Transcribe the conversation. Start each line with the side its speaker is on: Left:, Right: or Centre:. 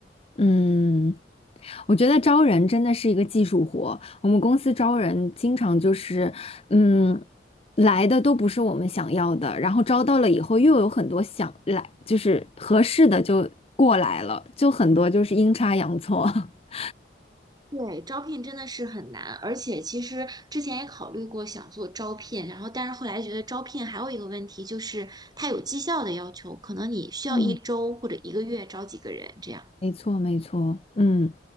Left: 嗯，我觉得招人真的是一个技术活。我们公司招人经常就是，嗯，来的都不是我们想要的，然后招到了以后又有很多想来，就是合适的就过来了，就很多就是阴差阳错。<laughs>
Right: 对，招聘真的是很难，而且其实之前也考虑过想做招聘，然后但是后来觉得招聘还有一个问题就是它有绩效的要求，可能你需要一周或者一个月招几个人这样。
Left: 嗯，没错，没错，嗯，